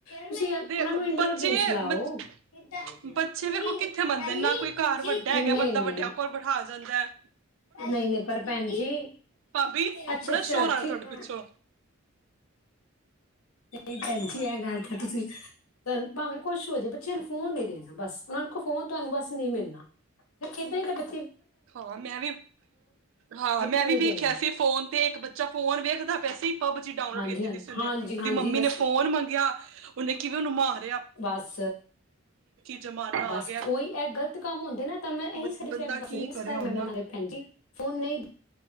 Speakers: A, on the left (about 90°); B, on the right (about 65°).
A: ਤੂਸੀ ਯਾਰ
B: ਦੇ
A: ਓਨਾ ਨੂ ਇਨਡੋਰ
B: ਬੱਚੇ
A: ਗੇਮਸ ਲਾਓ।
B: ਬੱਚ
A: ਮੇਰੀ
B: ਬੱਚੇ ਵੇਖੋ ਕਿੱਥੇ ਮੰਨਦੇ
A: ਪਹਿਲੀ
B: ਨ, ਨਾ ਕੋਈ
A: ਦੂਜੀ
B: ਘਾਰ ਵੱਡਾ ਹੈਗੈ,
A: ਨਹੀਂ
B: ਬੰਦਾ
A: ਨਹੀਂ
B: ਵੱਡੇਆ ਕੋਲ ਬਠਾ ਜਾਂਦੈ।
A: ਨਹੀਂ, ਨਹੀਂ ਪਰ ਭੈਨ ਜੀ
B: ਭਾਬੀ
A: ਅੱਛਾ,
B: ਬੜਾ
A: ਅੱਛਾ
B: ਸ਼ੋਰ ਆ ਰਿਹਾ
A: ਠੀਕ।
B: ਤੁਹਾਡੇ ਪਿੱਛੋਂ
A: ਨਹੀਂ ਭੈਨਜੀ ਐ ਗੱਲ ਤਾ ਤੁਸੀ ਪਰ, ਭਾਵੇਂ ਕੁਸ਼ ਹੋ ਜੇ ਬੱਚੇਆਂ ਨੂੰ ਫੋਨ ਨੀ ਦੇਨਾ। ਬਸ ਓਨਾਂ ਨੂੰ ਕੋ ਫੋਨ ਤੁਆਨੂੰ ਬਸ ਨਹੀ ਮਿਲਨਾ ਫੇ ਖੇਡਾ ਈ ਖਤਮ
B: ਹਾਂ ਮੈਂ ਵੀ, ਹਾਂ
A: ਬਿਲਕੁਲ
B: ਮੈਂ ਵੀ,
A: ਨਹੀਂ
B: ਵੇਖਿਆ
A: ਦੇਣਾ
B: ਸੀ ਫੋਨ ਤੇ ਇੱਕ ਬੱਚਾ ਫੋਰ ਵੇਖਦਾ ਪਿਯਾ ਸੀ ਪਬ ਜੀ ਡਾਊਨਲੋਡ਼
A: ਹਾਂਜੀ
B: ਕੀਤੀ
A: ਹਾਂਜੀ
B: ਦੀ ਸੀ ਓਨੇ।
A: ਹਾਂਜੀ ਹਾਂਜੀ
B: ਓਦੀ ਮੰਮੀ
A: ਬਸ
B: ਨੇ ਫੋਰ ਮੰਗੇਆ ਓਨੇ ਕਿਵੇ ਓਨੂ ਮਾਰੇ
A: ਬਸ,
B: ਜ਼ਮਾਨਾ
A: ਬਸ
B: ਆ ਗਿਆ
A: ਉਹੀ ਇਹ ਗ਼ਲਤ ਕੰਮ ਹੁੰਦੇ ਨਾ ਤੁਹਾਨੂੰ ਮੈਂ ਇਹੀ
B: ਬ
A: <unintelligible>
B: ਬੰਦਾ
A: ਦੱਸ
B: ਕੀ
A: ਰਹੀ <unintelligible>
B: ਕਰੇ ਹੁਣ ਨਾ
A: ਭੈਨ ਜੀ ਫੋਨ ਨਈ